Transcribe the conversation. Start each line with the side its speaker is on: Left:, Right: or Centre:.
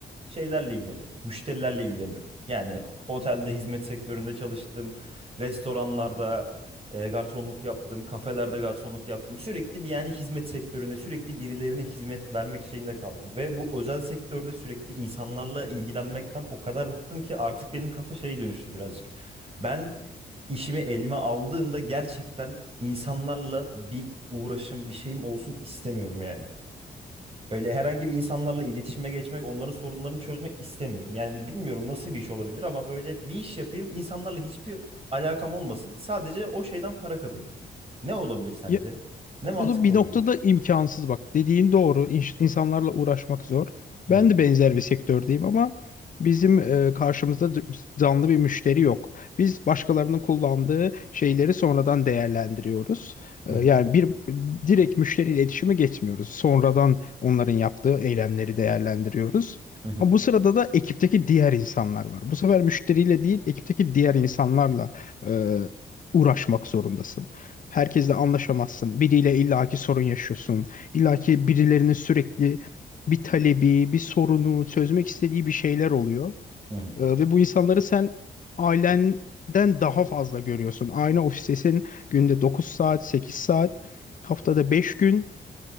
Right: şeylerle ilgileniyorum. Müşterilerle ilgileniyorum. Yani otelde hizmet sektöründe çalıştım. Restoranlarda e, garsonluk yaptım. Kafelerde garsonluk yaptım. Sürekli bir yani hizmet sektöründe sürekli birilerine hizmet vermek şeyinde kaldım. Ve bu özel sektörde sürekli insanlarla ilgilenmekten o kadar bıktım ki artık benim kafa şey dönüştü birazcık. Ben işimi elime aldığımda gerçekten insanlarla bir uğraşım, bir şeyim olsun istemiyorum yani. Öyle herhangi bir insanlarla iletişime geçmek, onların sorunlarını çözmek istemiyorum. Yani bilmiyorum nasıl bir iş olabilir ama böyle bir iş yapayım, insanlarla hiçbir alakam olmasın. Sadece o şeyden para kazanayım. Ne olabilir sence?
Left: Ya,
Right: Ne
Left: O
Right: mantıklı
Left: da bir
Right: olabilir?
Left: noktada imkansız bak. Dediğin doğru. İnş- insanlarla uğraşmak zor.
Right: Hı
Left: Ben
Right: hı,
Left: de benzer bir sektördeyim ama bizim e, karşımızda d- canlı bir müşteri yok. Biz başkalarının kullandığı şeyleri sonradan değerlendiriyoruz. E,
Right: hı hı,
Left: yani bir direkt müşteriyle iletişime geçmiyoruz. Sonradan onların yaptığı eylemleri değerlendiriyoruz.
Right: hı hı,
Left: Ama bu sırada da ekipteki diğer insanlar var. Bu sefer müşteriyle değil, ekipteki diğer insanlarla e, uğraşmak zorundasın. Herkesle anlaşamazsın. Biriyle illaki sorun yaşıyorsun. İllaki birilerinin sürekli bir talebi, bir sorunu, çözmek istediği bir şeyler oluyor.
Right: hı hı.
Left: Ee, ve bu insanları sen ailenden daha fazla görüyorsun. Aynı ofistesin günde 9 saat, 8 saat, haftada 5 gün.